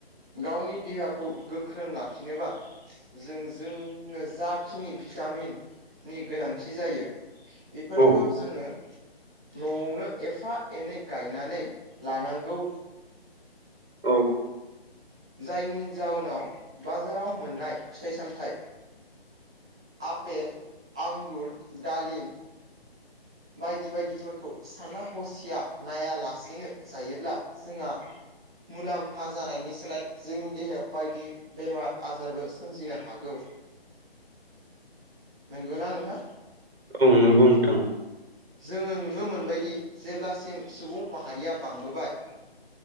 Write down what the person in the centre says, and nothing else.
गावनि देहाखौ गोख्रों लाखिनोब्ला जों जोंनो जाखिनि भिटामिन नि गोनांथि जायो बेफोरखौ
जोङो न'आवनो एफा एनै गायनानै लानांगौ
जायनि जाउनाव बाजाराव मोननाय फिथाइ सामथायाइ आपेल आंगुर डालिम बायदि बायदिफोरखौ साना हसिया नायालासेनो जायोब्ला जोंहा मुलाम्फा जानायनि सोलाय जोंनि देहायाव बायदि बेमार आजारबो सोमजिनो हागौ
नंगौ ना नोंथां
जोङो नुनो मोनबायदि जेब्लासिम सुबुं माहारिया बांबोबाय